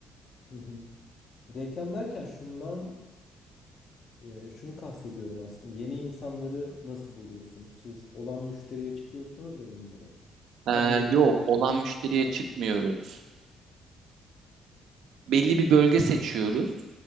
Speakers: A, on the left; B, on the right.
A: hı hı. reklam derken şundan Ee, şunu kastediyorum aslında. Yeni insanları nasıl buluyorsunuz? Siz olan müşteriye çıkıyorsunuz ya bunları.
B: Ee,
A: Hadi
B: yok,
A: diye
B: olan müşteriye
A: <laughs>
B: çıkmıyoruz. Belli bir bölge seçiyoruz.